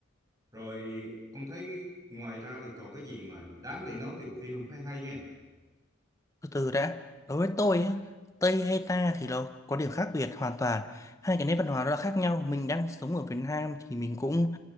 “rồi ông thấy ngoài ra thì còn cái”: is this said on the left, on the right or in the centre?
Right